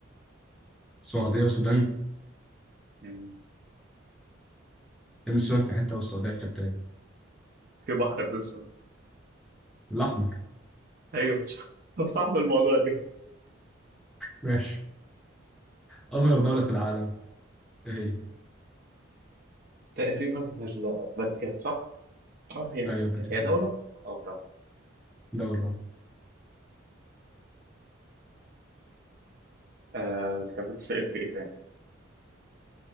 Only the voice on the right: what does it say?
يعني
في بحر بيفصل
ايوه <laughs> طب صعب الموضوع ليه؟
تقريبا الفاتيكان صح؟ اه هي الفاتيكان
هي دولة؟ اه طبعا
آه تحب تسأل في ايه تاني؟